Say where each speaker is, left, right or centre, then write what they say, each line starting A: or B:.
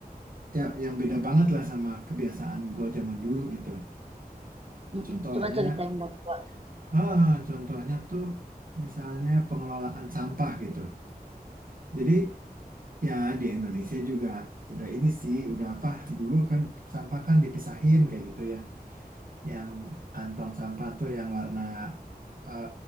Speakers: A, on the right; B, on the right.
A: ya yang beda banget lah sama kebiasaan gua zaman dulu gitu.
B: Mm-mm.
A: Contohnya,
B: Coba ceritain dong, Wak.
A: ha, contohnya tuh misalnya pengelolaan sampah gitu. Jadi ya di Indonesia juga udah ini sih udah apa dulu kan sampah kan dipisahin kayak gitu ya. yang kantong sampah tuh yang warna eh,